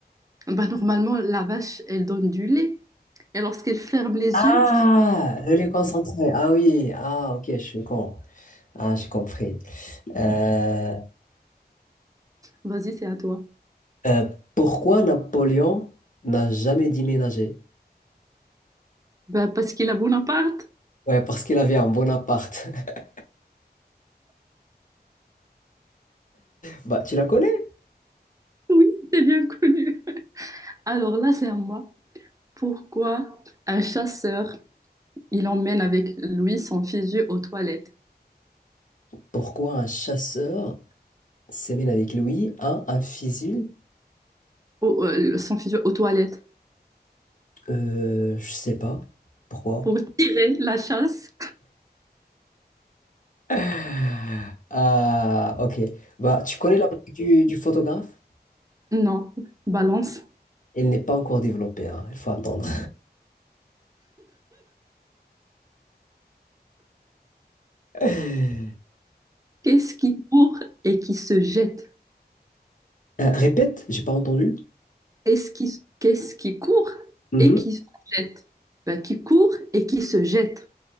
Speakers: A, on the right; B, on the left.
A: Bah, normalement, la vache, elle donne du lait. Et lorsqu'elle ferme les
B: Ah,
A: yeux, c'est-
B: le lait concentré. Ah oui, ah ok, je suis con. Ah, j'ai compris. Euh,
A: vas-y, c'est à toi.
B: euh, pourquoi Napoléon n'a jamais déménagé?
A: Bah, parce qu'il a Bonaparte.
B: Ouais, parce qu'il avait un bon appart. <laughs> Bah, tu la connais?
A: Oui, c'est bien connu. Alors là, c'est à moi. Pourquoi un chasseur, il emmène avec lui son fusil aux toilettes?
B: Pourquoi un chasseur s'emmène avec lui à un fusil?
A: Au- euh, son fusil aux toilettes.
B: Euh, je sais pas. Pourquoi?
A: Pour tirer la chasse,
B: <laughs> Ah, ok. Bah, tu connais la blague du, du photographe?
A: non, balance.
B: Elle n'est pas encore développée, hein. Il faut attendre. <laughs>
A: Qu'est-ce qui court et qui se jette?
B: Euh, répète, j'ai pas entendu.
A: Qu'est-ce qui, qu'est-ce qui court
B: Mhm.
A: et qui se jette? Bah, qui court et qui se jette.